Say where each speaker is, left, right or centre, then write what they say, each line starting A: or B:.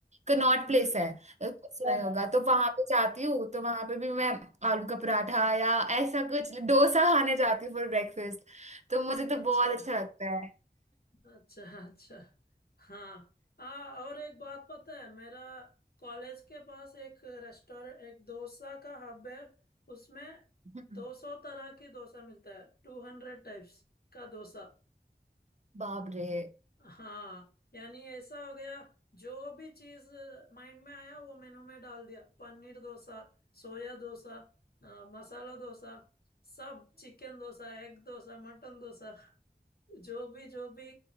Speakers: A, on the right (about 45°); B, on the left (about 65°).
A: कनॉट
B: हम्म
A: प्लेस है अ, सुना
B: हम्म
A: ही होगा तो वहां पे जाती हूँ तो वहां पे भी मैं आलू का पराठा या ऐसा कुछ डोसा खाने जाती हूँ फॉर तो मुझे
B: अच्छा
A: तो बहुत अच्छा लगता है
B: अच्छा अच्छा हाँ हाँ और एक बात पता है मेरा कॉलेज के पास एक रेस्टोरेंट एक डोसा का हब है उसमें
A: <laughs>
B: दो सौ तरह की डोसा मिलता है टू हंड्रेड टाइप्स का डोसा
A: बाप रे
B: हाँ यानी ऐसा हो गया जो भी चीज माइंड में आया वो मेनू में डाल दिया पनीर डोसा सोया डोसा अ, मसाला डोसा सब chicken dosa egg dosa mutton dosa जो भी जो भी